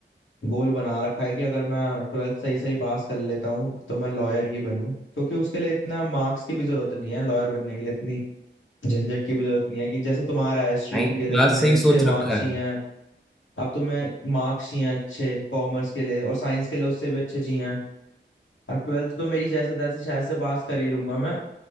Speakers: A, on the left; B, in the centre.
A: गोल बना रखा है कि अगर मैं ट्वेल्थ सही सही पास कर लेता हूँ तो मैं लॉयर ही बनूं क्योंकि उसके लिए इतना मार्क्स की भी जरूरत नहीं है लॉयर बनने के लिए इतनी झंझट की भी जरूरत नहीं है कि जैसे तुम्हारा है स्ट्रीम
B: नाइन्थ
A: के लिए
B: क्लास
A: तुम्हें
B: से ही
A: अच्छे
B: सोच
A: मार्क्स
B: रखा
A: चाहिए
B: है
A: हैं। अब तुम्हें मार्क्स चाहिए हैं अच्छे कॉमर्स के लिए और साइंस के लिए उससे भी अच्छे चाहिए हैं। अब ट्वेल्थ तो मेरी जैसे तैसे शायद से पास कर ही लूंगा मैं